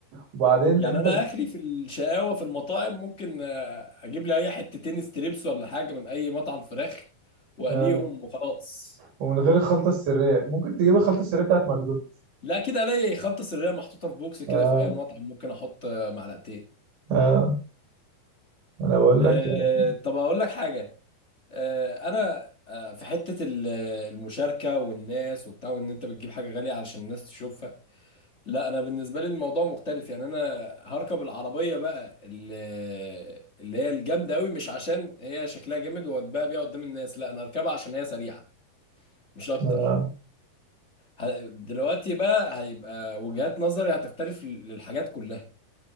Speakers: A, on the right; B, on the left.
A: وبعدين
B: يعني
A: انت
B: انا
A: ب...
B: اخري في الشقاوه في المطاعم ممكن آه، اجيب لي اي حتتين ستريبس ولا حاجه من اي مطعم فراخ واقليهم
A: آه.
B: وخلاص
A: ومن غير الخلطه السريه ممكن تجيب الخلطه السريه بتاعت ماكدونالدز
B: لا كده الاقي خلطه سريه محطوطه في بوكس كده
A: اه
B: في اي مطعم ممكن احط آه، معلقتين
A: اه انا بقول
B: آه،
A: لك يعني
B: آه، طب اقول لك حاجه آه، انا آه، في حته ال- المشاركه والناس وبتاع وان انت بتجيب حاجه غاليه علشان الناس تشوفها لا انا بالنسبه لي الموضوع مختلف يعني انا هركب العربيه بقى اللي, اللي هي الجامده قوي مش عشان هي شكلها جامد واتباع بيها قدام الناس لا انا هركبها عشان هي سريعه مش اكتر
A: اه
B: ه- دلوقتي بقى هيبقى وجهات نظري هتختلف للحاجات كلها